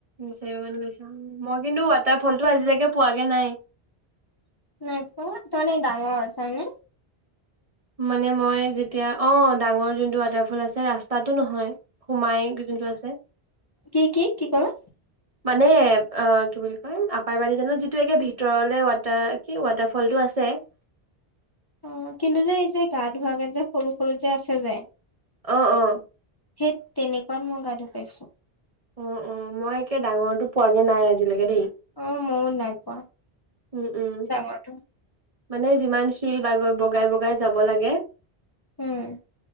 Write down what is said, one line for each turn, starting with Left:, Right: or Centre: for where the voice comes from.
Right: চাৰি বাৰ মান গৈছা মই কিন্তু ৱাটাৰ ফলটো আজিলৈকে পোৱাগে নাই।
Left: নাই পোৱা তাৰমানে ডাঙৰ চয়নে
Right: মানে মই যেতিয়া অ ডাঙৰ যোনটো ৱাটাৰফল আছে ৰাস্তাত। টোনহয় সোমাই যোনটো আছে
Left: কি কি কি ক'লা
Right: মানে। অ কি বুলি কয় আপাৰবাদী যেনে যিটো একে ভিতৰলে ৱাটাৰ কি ৱাটাৰ ফলটো আছে <unintelligible>
Left: অ কিন্তু যে এই যে গা ধুৱাকে যে সৰু সৰু যে আছে যে।
Right: অ অ
Left: সেই তেনেকুৱাত মই গা ধুই পাইছো।
Right: উ উ মই একে ডাঙৰটো পোৱাগে নাই আজিলৈকে দেই।
Left: অ ময়ো নাই পোৱা
Right: উম উম
Left: ডাঙৰটো।
Right: মানে যিমান শিল বাগৈ বগাই বগাই যাব লাগে
Left: হম